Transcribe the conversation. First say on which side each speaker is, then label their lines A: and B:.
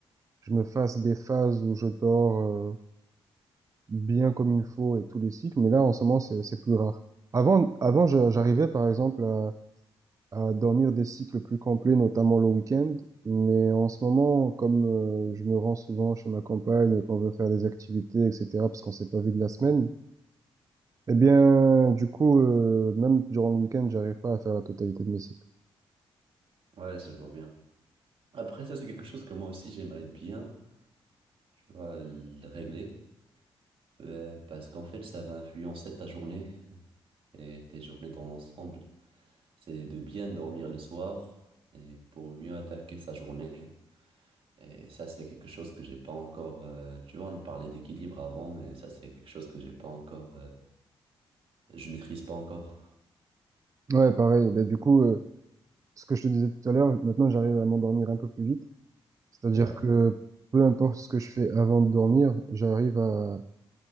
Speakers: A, on the right (about 30°); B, on the right (about 60°).
A: je me fasse des phases où je dors euh, bien comme il faut et tous les cycles, mais là, en ce moment, c'est, c'est plus rare. Avant, avant, je- j'arrivais, par exemple, à, à dormir des cycles plus complets, notamment le week-end, mais en ce moment, comme euh, je me rends souvent chez ma compagne et qu'on veut faire des activités, etc., parce qu'on s'est pas vu de la semaine, Eh bien, du coup, euh, même durant le week-end, j'arrive pas à faire la totalité de mes cycles.
B: Ouais, je vois bien. Après, ça, c'est quelque chose que moi aussi j'aimerais bien, tu vois, le régler, euh, parce qu'en fait, ça va influencer ta journée et tes journées dans l'ensemble. C'est de bien dormir le soir et pour mieux attaquer sa journée. Et ça, c'est quelque chose que j'ai pas encore. euh, tu vois, on parlait d'équilibre avant, mais ça, c'est quelque chose que j'ai pas encore. euh, je maîtrise pas encore.
A: Ouais, pareil. Ben, du coup, euh, ce que je te disais tout à l'heure, maintenant, j'arrive à m'endormir un peu plus vite. C'est-à-dire
B: Ouais,
A: que peu importe ce que je fais avant de dormir, j'arrive à,